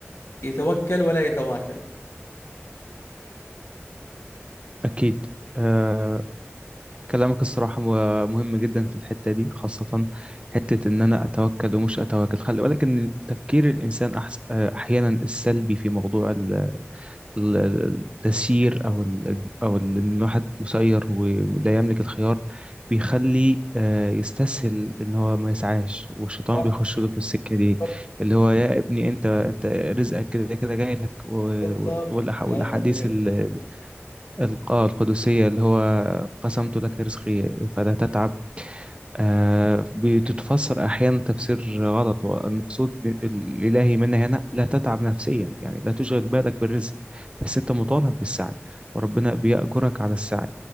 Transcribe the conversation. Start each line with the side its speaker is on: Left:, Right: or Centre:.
Left: يتوكل ولا يتواكل
Right: أكيد آه، كلامك الصراحة مه- مهم جدا في الحتة دي خاصة حتة إن أنا أتوكل ومش أتوكل خلي بالك إن تفكير الإنسان أحس... آه، أحيانا السلبي في موضوع ال- ال- التسيير او ال- او ال- ان الواحد مسير ولا يملك الخيار بيخلي آه، يستسهل ان هو ما يسعاش والشيطان
Left: صح
Right: بيخش له في السكه دي
Left: بالضبط
Right: اللي هو يا ابني انت انت رزقك كده كده جاي لك و-
Left: بالضبط
Right: والأح- والاحاديث
Left: عين عليك
Right: ال- الق- القدسيه اللي هو قسمت لك رزقي فلا تتعب آه، بتتفسر أحيانا تفسير غلط والمقصود ب- الإلهي منا هنا لا تتعب نفسيا يعني لا تشغل بالك بالرزق بس أنت مطالب بالسعي وربنا بيأجرك على السعي